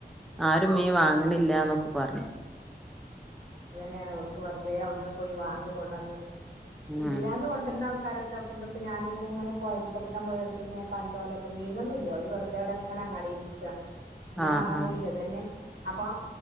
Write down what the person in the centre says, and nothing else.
ആരും മീ വാങ്ങണില്ലന്നൊക്കെ പറഞ്ഞു
ഉം
<inaudible>
ആഹ്